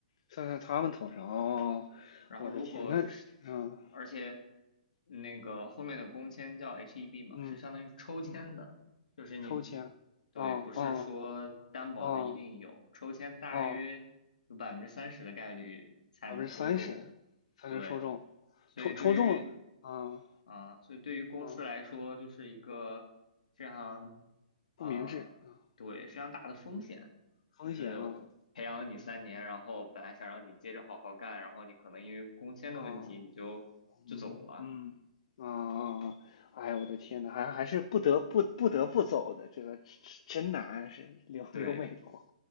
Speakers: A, on the left (about 50°); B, on the left (about 75°).
A: 算在他们头上哦，
B: 然后如果是，
A: 我的天，那，嗯
B: 而且那个后面的工签叫 HEB 嘛，
A: 嗯嗯，
B: 是相当于抽签的，就是你，
A: 抽签，
B: 对，
A: 哦哦
B: 不是说担保就一定有，
A: 哦
B: 抽签大约有百分之三十的概率才能抽中，
A: 哦。百分之三十才能抽中，
B: 对，所以对于
A: 抽抽中，嗯
B: 啊，所以对于公司来说，
A: 嗯，
B: 就是一个非常，呃，
A: 不明智，嗯，
B: 对，非常大的风险，
A: 风险啊
B: 就是培养了你三年，然后本来想让你接着好好干，然后你可能因为工签的问题，
A: 啊，
B: 你就就走了，
A: 嗯嗯啊啊，哎呀，我的天呐，还还是不得不不得不走的，这个真真难，是留留美国，
B: 对，